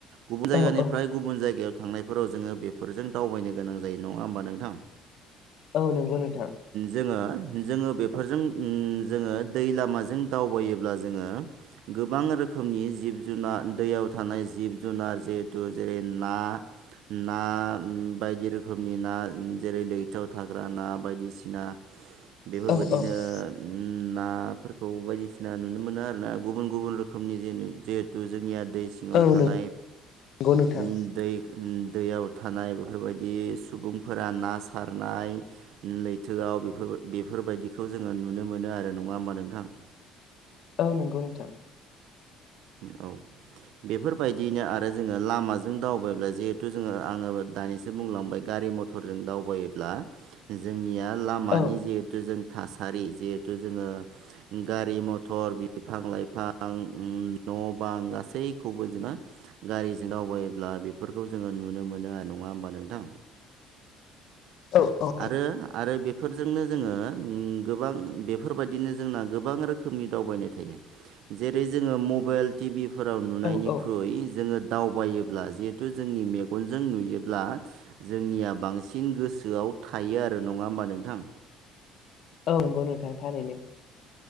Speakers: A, on the right; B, on the left.
A: गुबुन जायगानिफ्राय
B: औ औ
A: गुबुन जायगायाव थांनाय। फोराव जोङो बेफोरजों दावबायनो गोनां जायो नङा होमबा नोंथां।
B: औ नंगौ नोंथां
A: जोङो। जोङो बेफोरजों उम जोङो दै लामाजों दावबायोब्ला जोङो। गोबां रोखोमनि जिब जुना दैयाव थानाय जिब जुनार जिहेथु जेरै ना ना बायदि रोखोमनि ना जेरै लैथोआव थाग्रा ना बायदिसिना। बेफोरबायदिनो
B: औ औ
A: उम नाफोरखौ बायदिसिना नुनो मोनो आरोना गुबुन गुबुन रोखोमनि जेनि जिहेथु जोंनिया दैस सिङाव
B: औ
A: थानाय
B: नंगौ नोंथां
A: उम दै उम। दैयाव थानाय बेफोरबायदि सुबुंफोरा ना सारनाय। लैथोआव बेफोर बेफोरबायदिखौ जोङो नुनो मोनो आरो नङा होनबा नोंथां।
B: औ नोंगौ नोंथां।
A: औ। बेफोरबायदियैनो आरो जोङो लामाजों दावबायब्ला जिहेथु जोङो आङो दानिसो बुंलांबाय गारि मथर। मटरजों दावबायोब्ला जोंनिया लामानि
B: औ
A: जिहेथु जों। थासारि जिहेथु जोङो गारि मथर बिफां-लाइफां न' बां गासैखौबो जोंङो। गारिजों दावबोायोब्ला बेफोरखौ जोङो नुनो मोनो आरो नङा होमबा नोंथां।
B: औ औ
A: आरो आरो बेफोरजोंनो जोङो गोबां बेफोरबायदिनो जोंना गोबां रोखोमनि दावबायनाय थायो। जेरै जोङो मबाइल टिभिफोराव नुनायनिख्रुइ
B: औ औ
A: जोङो। दावबायोब्ला जिहेथु जोंनि मेगनजों नुयोब्ला। जोंनिया बांसिन गोसोआव थायो आरो नङा होमबा नोंथां।
B: औ नंगौ नोंथां थारैनो